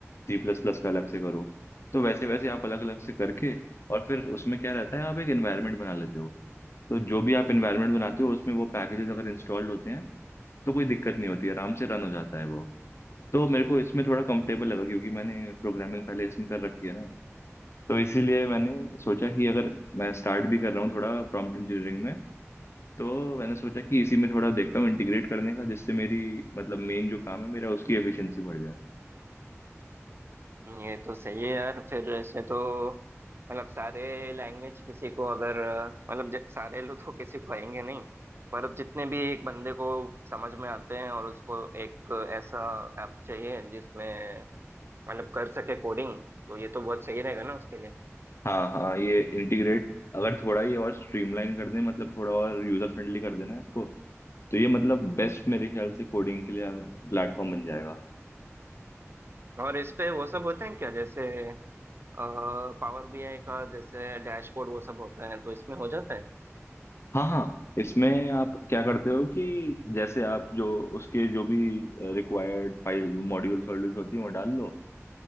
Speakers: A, on the left; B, on the right.
A: सी प्लस प्लस का अलग से करो तो वैसे वैसे आप अलग अलग से करके और फिर उसमें क्या रहता है आप एक एनवायरनमेंट बना लेते हो तो जो भी आप एनवायरनमेंट बनाते हो उसमें वो पैकेजेस अगर इंस्टॉल्ड होते हैं तो कोई दिक्कत नहीं होती आराम से रन हो जाता है वो तो मेरे को इसमें थोड़ा कंफर्टेबल लगा क्योंकि मैंने प्रोग्रामिंग पहले इसमें कर रखी है ना तो इसीलिए मैंने सोचा कि अगर मैं स्टार्ट भी कर रहा हूँ थोड़ा प्रॉम्प्ट इंजीनियरिंग में तो मैंने सोचा कि इसी में थोड़ा देखता हूँ इंटीग्रेट करने का जिससे मेरी मतलब मेन जो काम है मेरा उसकी एफिशिएंसी बढ़ जाए
B: ये तो सही है यार फिर ऐसे तो मतलब सारे लैंग्वेज किसी को अगर मतलब ज- सारे लोग तो किसी को आएंगे नहीं पर अब जितने भी एक बंदे को समझ में आते हैं और उसको एक ऐसा ऐप चाहिए जिसमें मतलब कर सके कोडिंग तो ये तो बहुत सही रहेगा ना उसके लिए
A: हाँ हाँ ये इंटीग्रेट अगर थोड़ा ये और स्ट्रीमलाइन कर दें मतलब थोड़ा और यूजर फ्रेंडली कर देना इसको तो ये मतलब बेस्ट मेरे ख्याल से कोडिंग के लिए प्लेटफॉर्म बन जाएगा
B: और इस पे वो सब होते हैं क्या जैसे पावर बीआई का जैसे डैशबोर्ड वो सब होता है तो इसमें हो जाता है
A: हाँ हाँ इसमें आप क्या करते हो कि जैसे आप जो उसके जो भी रिक्वायर्ड फाइल मॉड्यूल्स वॉड्यूल्स होती हैं वो डाल लो